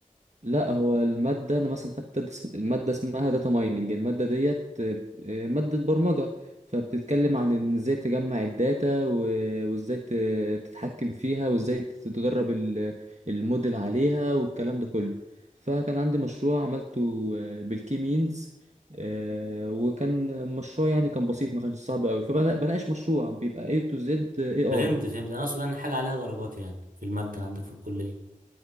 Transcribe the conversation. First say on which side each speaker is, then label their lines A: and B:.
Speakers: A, on the right; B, on the right.
A: لا هو المادة أنا مثلا خدت دس- مادة اسمها داتا مايننج المادة ديت آه، آه، مادة برمجة فبتتكلم عن إن إزاي تجمع الداتا و- وإزاي ت- تتحكم فيها وإزاي تدرب ال- الموديل عليها والكلام ده كله فكان عندي مشروع عملته آه، بالكيمينز آه، وكان مشروع يعني كان بسيط ما كانش صعب قوي فبناقش مشروع بيبقى A to Z AI
B: فهمت فهمت انا اقصد ان حاجة عليها درجات يعني في المادة عندك في الكلية